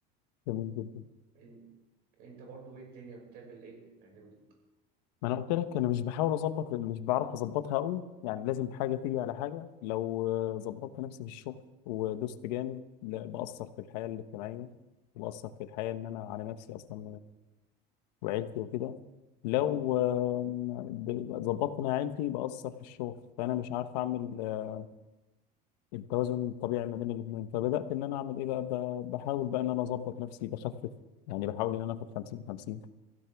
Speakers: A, on the left; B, on the right.
A: جميل جدا
B: إن- انت برضو ايه الدنيا بتعمل ايه فاهمني
A: ما انا قلت لك انا مش بحاول اظبط مش بعرف اظبطها قوي يعني لازم حاجه تيجي على حاجه لو آه، ظبطت نفسي في الشغل ودوست جامد لا بأثر في الحياه الاجتماعيه وبأثر في الحياه ان انا على نفسي اصلا وعيلتي وكده لو آم، ب- ظبطت انا عيلتي بأثر في الشغل فانا مش عارف اعمل آه، التوازن الطبيعي ما بين الاثنين فبدأت ان انا اعمل ايه بقى ب- بحاول بقى ان انا اظبط نفسي بخفف يعني بحاول ان انا اخد 50 50